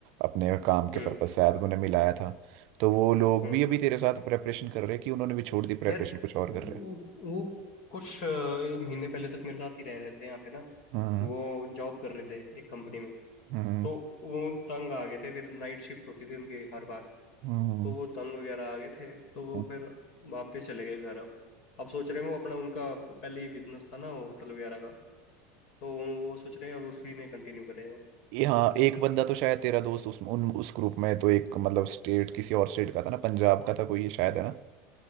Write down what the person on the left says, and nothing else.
हम्म
हम्म
यार
वो,
वो कुछ अ, महीने पहले तक मेरे साथ ही रह रहे थे यहाँ पे ना
वो जॉब कर रहे थे एक कंपनी में
तो वो तंग आ गए थे फिर नाइट शिफ्ट होती थी उनकी हर बार
तो वो तंग वगैरह आ गए थे तो वो
फिर वापस चले गए घर अब अब सोच रहे हैं वो अपना उनका पहले ही बिजनेस था ना वो होटल वगैरह का तो वो सोच रहे हैं अब उसी में कंटिन्यू करेंगे